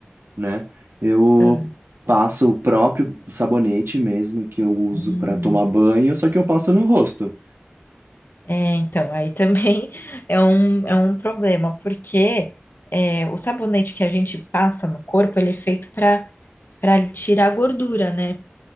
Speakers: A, on the right; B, on the left.
A: né? Eu
B: Ah,
A: passo o próprio sabonete mesmo que eu uso
B: Hum.
A: pra tomar banho, só que eu passo no rosto.
B: É, então, aí também <laughs> é um, é um problema, porque é, o sabonete que a gente passa no corpo, ele é feito para para tirar a gordura, né?